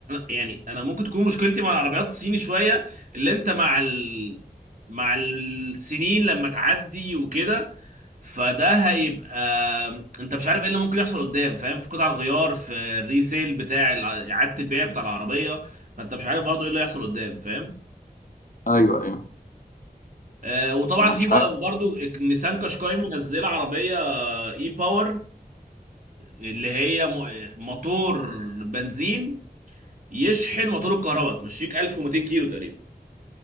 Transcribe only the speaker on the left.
ايوه ايوه
ما انا
مش
عارف